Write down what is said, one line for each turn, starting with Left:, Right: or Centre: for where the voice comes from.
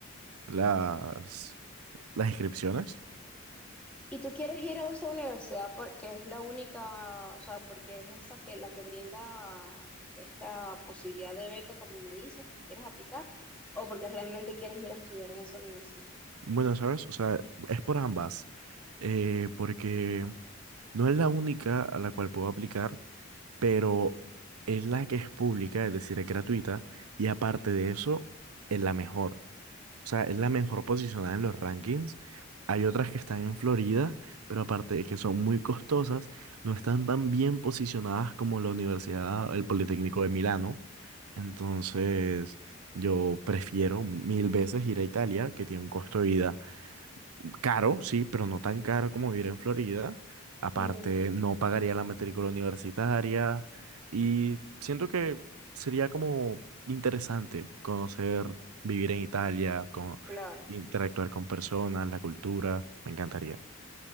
Right: las, las inscripciones.
Centre: Y tú quieres ir a esa universidad porque es la única, o sea, porque es esa que la que brinda esta posibilidad de beca, como me dices, quieres aplicar, o porque realmente quieres ir a estudiar en esa universidad.
Right: Bueno, ¿sabes? O sea, es por ambas, eh, porque no es la única a la cual puedo aplicar pero es la que es pública, es decir, es gratuita, y aparte de eso, es la mejor. O sea, es la mejor posicionada en los rankings. Hay otras que están en Florida, pero aparte de que son muy costosas, no están tan bien posicionadas como la Universidad, el Politécnico de Milano. Entonces, yo prefiero mil veces ir a Italia, que tiene un costo de vida Caro, sí, pero no tan caro como vivir en Florida. Aparte,
Centre: Mm,
Right: no pagaría la matrícula universitaria y siento que sería como interesante conocer, vivir en Italia, como
Centre: claro.
Right: interactuar con personas, la cultura, me encantaría.